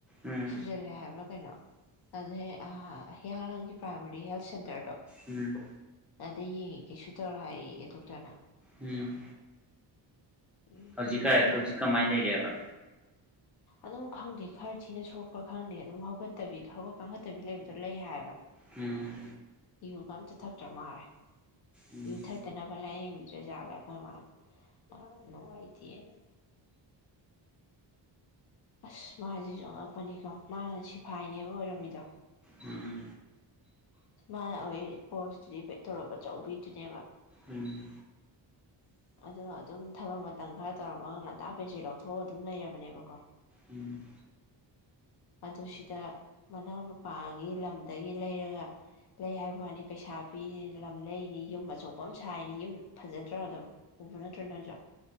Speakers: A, in the centre; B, on the left.
A: ꯎꯝ
B: ꯁꯨꯖꯤꯅꯂꯦ ꯍꯥꯏꯕ꯭ꯔꯥ ꯀꯦꯏꯅꯣ ꯑꯗꯨ ꯍꯦꯛ꯫ ꯍꯦꯌꯥꯡꯂꯝ ꯒꯤ ꯄ꯭ꯔꯥꯏꯃꯥꯔꯤ ꯍꯦꯜꯊ ꯁꯦꯟꯇꯔ ꯗꯨ
A: ꯎꯝ
B: ꯑꯗꯥ ꯌꯦꯡꯒꯦ ꯀꯦꯏꯁꯨ ꯇ꯭ꯔꯣꯏ ꯍꯥꯏꯔꯀꯦ ꯗꯣꯛꯇꯔ ꯅꯥ꯫
A: ꯎꯝ
B: ꯎꯝ
A: ꯍꯧꯖꯤꯛꯀ
B: ꯌꯨꯒ ꯊꯛꯄ
A: ꯍꯧꯖꯤꯛ ꯀꯃꯥꯏꯅ ꯂꯩꯔꯤꯦꯕ
B: ꯑꯗꯨꯝ ꯈꯪꯗꯦ ꯈꯔ ꯊꯤꯅ ꯁꯣꯛꯄ꯭ꯔꯥ ꯈꯪꯗꯦ ꯑꯗꯨꯝ ꯍꯧꯒꯠꯇꯕꯤ ꯍꯧꯒꯠ ꯀꯥꯡꯈꯠꯇꯕꯤ ꯂꯩꯕꯗꯣ ꯂꯩ ꯍꯥꯏꯕ
A: ꯎꯝ
B: ꯌꯨꯒ ꯑꯝꯇ ꯊꯛꯇ꯭ꯔ ꯃꯥꯜꯂꯦ
A: ꯎꯝ
B: ꯌꯨ ꯊꯛꯇꯅꯕ ꯂꯥꯏꯌꯦꯡꯕꯤ ꯖꯦꯈꯣꯏ ꯃꯥ ꯑ ꯅꯅꯨꯡꯉꯥꯏꯗꯤꯌꯦꯅ ꯑꯁ ꯃꯥꯁꯤꯁꯨ ꯑꯉꯛꯄꯅꯤꯀꯣ ꯃꯥꯅ ꯁꯤꯐꯥꯏꯅꯦꯕ ꯑꯣꯏꯔꯝꯃꯤꯗꯣ
A: ꯎꯝ
B: ꯃꯅ ꯍꯣꯏ ꯄꯣꯁꯇꯨꯗꯤ ꯇꯧꯔ ꯑꯆꯧꯕꯤꯗꯨꯅꯦꯕ
A: ꯎꯝ
B: ꯑꯗꯣ ꯑꯗꯨꯝ ꯊꯕꯛ ꯃꯇꯝ ꯈꯔ ꯇꯧꯔꯝꯃꯒ ꯉꯟꯇꯥ ꯄꯦꯟꯁꯤꯜ ꯂꯧꯊꯣꯛꯑ ꯑꯗꯨꯝ ꯂꯩꯔꯕꯅꯦꯕꯀꯣ
A: ꯎꯝ
B: ꯑꯗꯨ ꯁꯤꯗ ꯃꯅꯥꯎꯅ ꯅꯨꯄꯥꯒꯤ ꯂꯝꯗꯒꯤ ꯂꯩꯔꯒ ꯂꯩ ꯍꯥꯏꯕ ꯋꯥꯅꯤ ꯄꯩꯁꯥ ꯄꯤꯔꯤ ꯂꯝ ꯂꯩꯅꯤ ꯌꯨꯝ ꯑꯆꯧꯕ ꯑꯃ ꯁꯥꯏꯅꯤ ꯌꯨꯝ ꯐꯖꯗ꯭ꯔꯥ ꯑꯗꯨꯝ ꯎꯕ ꯅꯠꯇ꯭ꯔ ꯅꯁꯨ